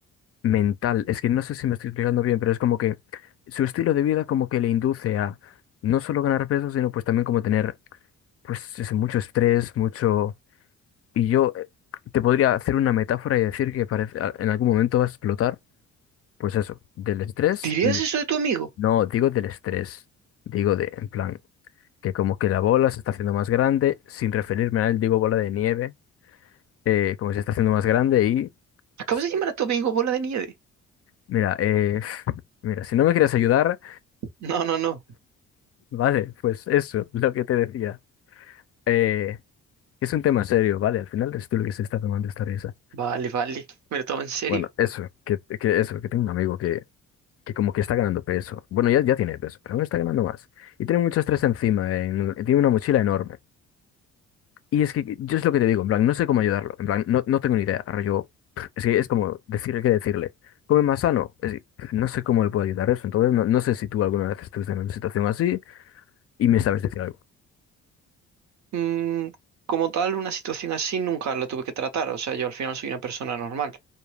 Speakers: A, on the left (about 50°); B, on the right (about 65°).
A: mental. Es que no sé si me estoy explicando bien, pero es como que su estilo de vida como que le induce a no solo ganar peso, sino pues también como tener pues eso, mucho estrés, mucho... Y yo eh, te podría hacer una metáfora y decir que parece, a- en algún momento va a explotar, pues eso, del estrés
B: ¿Dirías
A: y...
B: eso de tu amigo?
A: No, digo del estrés, digo de, en plan, que como que la bola se está haciendo más grande, sin referirme a él, digo bola de nieve, eh, como se está haciendo más grande y
B: Acabas
A: pues
B: de llamar a tu amigo bola de nieve.
A: mira, eh, <laughs> mira, si no me quieres ayudar...
B: No, no, no.
A: Vale, pues eso, lo que te decía. Eh, es un tema serio, ¿vale? Al final es tú lo que se está tomando esta risa.
B: Vale, vale. Me lo tomo en serio.
A: Bueno, eso, que, que eso, que tengo un amigo que, que como que está ganando peso. Bueno, ya, ya tiene peso, pero aún está ganando más. Y tiene mucho estrés encima, en- tiene una mochila enorme. Y es que yo es lo que te digo, en plan, no sé cómo ayudarlo. En plan, no, no tengo ni idea. Yo, <smacks lips> es que es como decirle qué decirle. Come más sano. Es que, <smacks lips> no sé cómo le puedo ayudar eso. Entonces, no, no sé si tú alguna vez estuviste en una situación así y me sabes decir algo.
B: Mm, como tal, una situación así nunca la tuve que tratar. O sea, yo al final soy una persona normal.